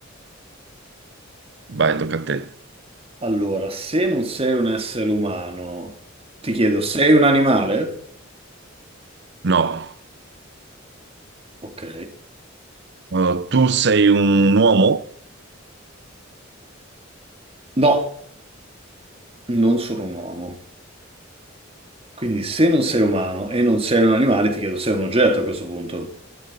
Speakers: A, on the right (about 60°); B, on the right (about 30°).
A: Vai, tocca a te.
B: Allora, se non sei un essere umano, ti chiedo, sei un animale?
A: No.
B: Ok.
A: Uh, tu sei un uomo?
B: No, non sono un uomo. Quindi se non sei umano e non sei un animale, ti chiedo, sei un oggetto a questo punto?